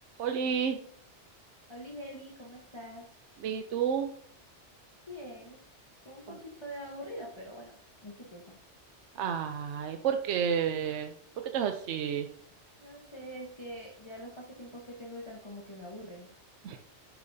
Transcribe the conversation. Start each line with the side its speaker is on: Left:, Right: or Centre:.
Right: Oli,
Left: Oli, Eli, ¿cómo estás?
Right: bien, ¿y tú?
Left: Bien, con un
Right: ¿Cómo?
Left: poquito de aburrida, pero bueno, no es tu culpa.
Right: Ay, ¿por qué? ¿Por qué estás así?
Left: No sé, es que ya los pasatiempos que tengo ahorita como que me aburren.
Right: <laughs>